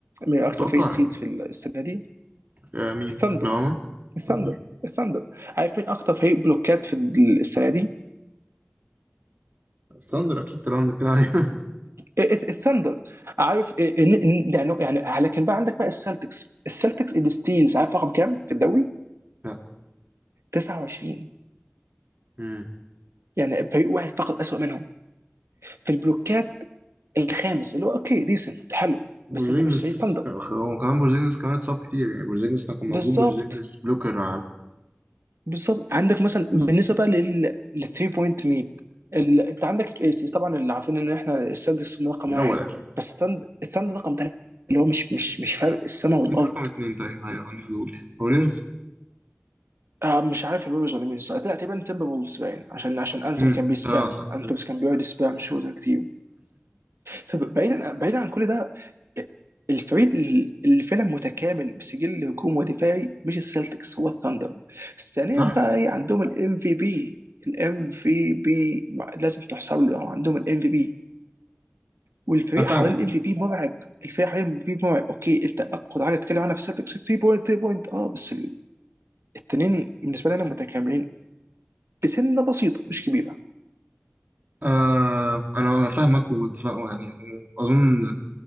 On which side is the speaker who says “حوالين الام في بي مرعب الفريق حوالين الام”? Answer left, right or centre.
Right